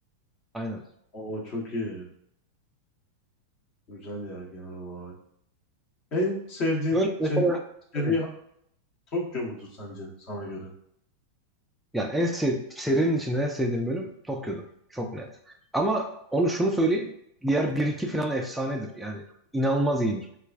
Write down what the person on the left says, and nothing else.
Oo çok iyi. Güzel ya genel olarak. En sevdiğin
senin seri
Tokyo mudur sence sana göre?